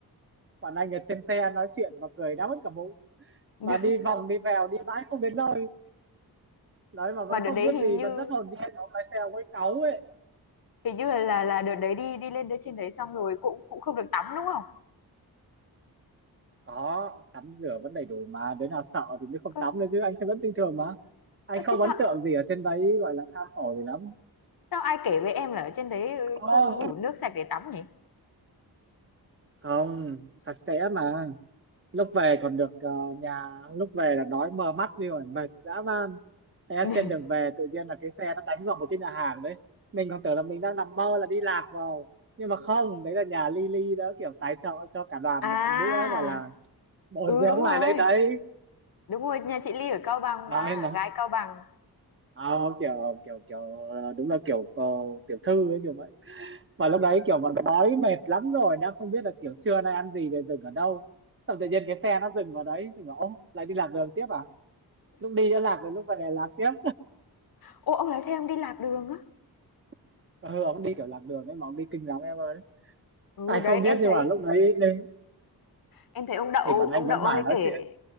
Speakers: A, on the right; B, on the left.
A: bọn anh ở trên xe nói chuyện và cười đau mất cả bụng
B: <laughs>
A: mà đi vòng đi vèo đi mãi không đến nơi nói mà vẫn
B: mà đợt
A: không
B: đấy
A: biết
B: hình
A: gì
B: như
A: vẫn rất hồn nhiên ông lái xe ông ấy cáu ấy
B: hình như là là đợt đấy đi đi lên tới trên đấy xong rồi cũng cũng không được tắm đúng không?
A: có tắm rửa vẫn đầy đủ mà đứa nào sợ thì mới không
B: Ơ
A: tắm nữa chứ anh thấy vẫn bình thường mà anh
B: ơ,
A: không
B: thế sao
A: ấn tượng gì ở trên đấy gọi là kham khổ gì lắm
B: sao ai kể với em là ở trên đấy ừ,
A: không
B: không có đủ nước sạch để tắm nhỉ?
A: không sạch sẽ mà lúc về còn được ờ, nhà lúc về là đói mờ mắt đi rồi mệt dã man thế
B: <laughs>
A: trên đường về tự nhiên là cái xe nó đánh vào một cái nhà hàng đấy mình còn tưởng là mình đang nằm mơ là đi lạc vào nhưng mà không đấy là nhà Lily đã kiểu tài trợ cho cả đoàn
B: À,
A: một bữa gọi là bồi
B: ừ
A: dưỡng
B: đúng rồi.
A: lại đây đấy
B: Đúng rồi, nhà chị Ly ở Cao Bằng
A: nói
B: mà, gái Cao Bằng.
A: không kiểu kiểu kiểu ờ, đúng là kiểu ờ, tiểu thư ấy kiểu vậy mà lúc đấy kiểu bọn đói mệt lắm rồi đang không biết là kiểu trưa nay ăn gì rồi dừng ở đâu xong tự nhiên cái xe nó dừng vào đấy thì bảo ô lại đi lạc đường tiếp à lúc đi đã lạc rồi lúc về lạc tiếp
B: Ô ông lái xe ông đi lạc đường á.
A: <laughs> ừ ông đi kiểu lạc đường ấy mà ông đi kinh lắm em ơi
B: Ừ
A: ai
B: đấy,
A: không
B: em
A: biết nhưng
B: thấy
A: mà lúc đấy đi
B: em thấy ông đậu
A: thì bọn anh
B: ông
A: vẫn
B: đậu ông
A: mải
B: ấy
A: nói
B: kể
A: chuyện